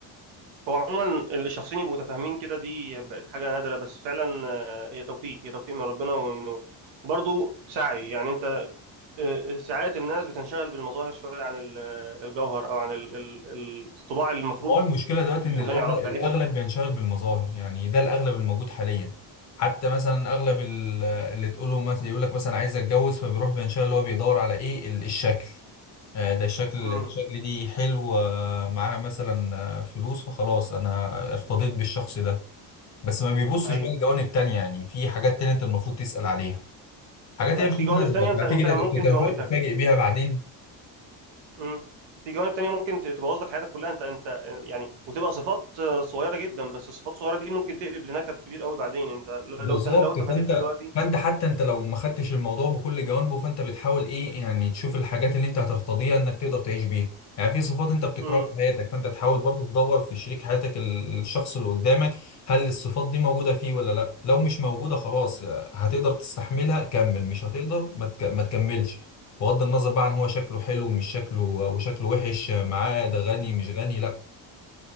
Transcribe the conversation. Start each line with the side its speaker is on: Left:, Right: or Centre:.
Right: هو عموما اللي شخصين يبقوا متفاهمين كده دي بقت حاجة نادرة بس فعلا آه، هي توفيق هي توفيق من ربنا وانه برضه سعي يعني انت آه، ساعات الناس بتنشغل بالمظاهر شوية عن ال- آه، الجوهر او عن ال- ال- ال- الطباع اللي المفروض
Left: هو المشكله دلوقتي
Right: الانسان
Left: ان الاغلب
Right: يعرفها
Left: الاغلب
Right: هيبقى
Left: بينشغل بالمظاهر يعني ده الاغلب الموجود حاليا حتى مثلا اغلب ال- اللي تقوله مثلا يقول لك مثلا عايز اتجوز فبيروح بينشغل اللي هو بيدور على ايه ال- الشكل آه، ده الشكل
Right: امم
Left: الشكل دي حلو آه، معاها مثلا آه، فلوس فخلاص انا ارتضيت بالشخص ده بس ما بيبصش
Right: صحيح
Left: بقى لجوانب تانية يعني في حاجات تانية انت المفروض تسأل عليها حاجات
Right: صحيح
Left: هي مش
Right: في
Left: هتناسبك
Right: جوانب تانية انت
Left: هتيجي
Right: انت ممكن
Left: تت- تتف-
Right: تموتك
Left: تتفاجئ بيها بعدين
Right: امم في جوانب تانية ممكن ت- تبوظ لك حياتك كلها انت انت آه، يعني وتبقى صفات آه، صغيرة جدا بس الصفات الصغيرة دي ممكن تقلب لنكد كبير قوي بعدين انت
Left: بالظبط
Right: لو لو تفاديتها
Left: فانت
Right: دلوقتي
Left: فانت حتى انت لو ما خدتش الموضوع بكل جوانبه فانت بتحاول ايه يعني تشوف الحاجات اللي انت هترتضيها انك تقدر تعيش بيها يعني في صفات انت بتكرهها
Right: امم
Left: في حياتك فانت تحاول برضه تدور في شريك حياتك ال- الشخص اللي قدامك هل الصفات دي موجودة فيه ولا لا لو مش موجودة خلاص هتقدر تستحملها كمل مش هتقدر ما تك- ما تكملش بغض النظر بقى عن هو شكله حلو مش شكله وشكله وحش معاه ده غني مش غني لا